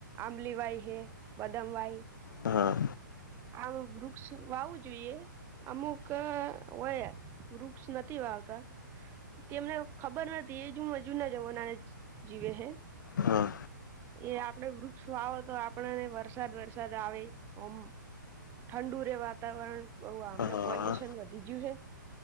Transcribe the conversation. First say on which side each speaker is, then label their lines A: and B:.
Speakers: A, on the right; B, on the left.
A: આંબલી વાય હૈ, બદામ વાય
B: હા.
A: આમ વૃક્ષ વાવું જોઈએ. અમુક હોય વૃક્ષ નથી વાવતા તેમને ખબર નથી એજ <unintelligible> ના જમાનાને જીવે હે
B: હા.
A: એ આપડે વૃક્ષો વાવો તો આપણને વરસાદ વરસાદ આવે ઓમ ઠંડુ રે વાતાવરણ બઉ આમણે
B: હા
A: પોલ્યુશન વધી ગયું હે